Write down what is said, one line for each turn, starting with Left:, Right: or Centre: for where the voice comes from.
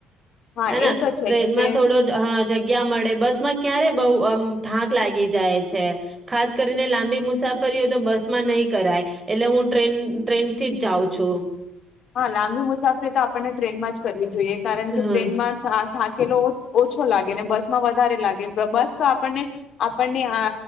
Left: હા
Right: હેને
Left: એ તો છે
Right: ટ્રેનમાં
Left: જ. ટ્રેન
Right: થોડો હા જગ્યા મળે બસ માં ક્યારે બહુ અમ થાંક લાગી જાય છે ખાસ કરીને લં લંબી મુસાફરી હોય તો બસમાં નહીં કરાય એટલે હું ટ્રેન-ટ્રેન થી જ જાઉં છું.
Left: હા લાંબી મુસાફરી તો આપણને ટ્રેનમાં જ કરવી જો જોઈએ કારણ કે
Right: હા
Left: ટ્રેનમાં થા-થા કેલો ઓછો લાગે ને બસ માં વધારે લાગે બસ તો આપણને-આપણને આ